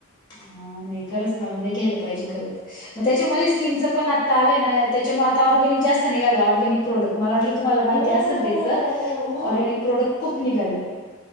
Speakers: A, on the left; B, on the left.
A: हा नाही खरंच ना म्हण नाही घ्यायला पाहिजे
B: हम्म
A: खरंच. मग त्याच्यामध्ये स्किनचं पण आत्ता आलंय नाही त्याच्यामुळे आता ऑरगॅनिक जास्त निघालेय ऑरगॅनिक. प्रोडक्ट मला वाटलं तुम्हाला माहिती
B: ओ
A: असेल
B: हो
A: त्याच
B: हो
A: ऑरगॅनिक प्रोडक्ट खूप निघाले.